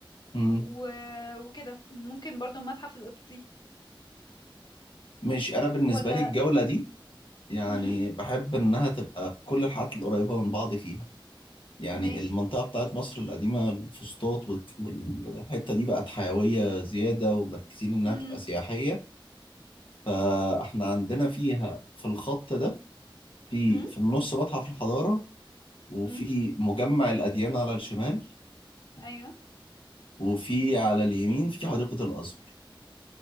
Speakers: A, on the left (about 75°); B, on the left (about 55°).
A: مم.
B: و... وكده ممكن برضو المتحف القبطي
A: ماشي أنا بالنسبة
B: ولا
A: لي الجولة دي يعني
B: امم
A: بحب إنها تبقى كل الحاجات القريبة من بعض فيها يعني
B: ماشي
A: المنطقة بتاعت مصر القديمة الفسطاط والك- والحتة دي بقت حيوية زيادة ومركزين إنها
B: امم
A: تبقى سياحية فإحنا عندنا فيها في الخط ده في
B: امم
A: في النص متحف الحضارة وفي
B: امم
A: مجمع الأديان على الشمال
B: ايوه
A: وفي على اليمين في حديقة الأزهر